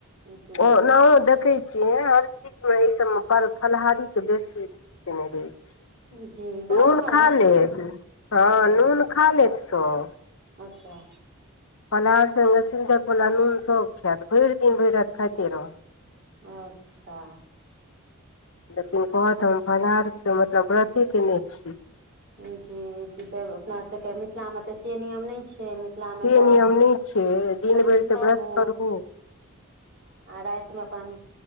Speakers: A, on the right; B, on the left.
A: जी
B: ओनाहो देखै छियै, हर चीज में एहि सबमें पर फलाहारी त बेसी केने रहे छै,
A: जी गाँवो
B: नुन
A: घरमे
B: खा लेत हंऽ
A: अच्छा
B: नुन खा लेत सब
A: अच्छा
B: फलाहार संगे सेंधप बला नून सेहो खैत, भरि दिन भरि राति खाइते रहत।
A: अच्छा
B: लेकिन कहत हम फलाहार के मतलब व्रते केने छी।
A: जी ति धे अपना सबके मिथिला मे तऽ से नियम नहि छै। मिथ थला मे
B: से
A: तऽ
B: नियम नहि छै
A: भरि दिन
B: तऽ
A: सहुउ
B: व्रत करू
A: आ रातिमे अपन,